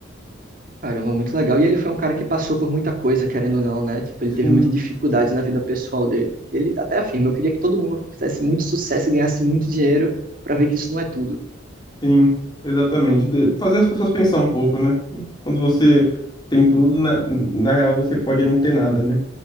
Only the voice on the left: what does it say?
Sim,
sim, exatamente. De- fazer as pessoas pensar um pouco, né? Quando você tem tudo, na, na real você pode não ter nada, né?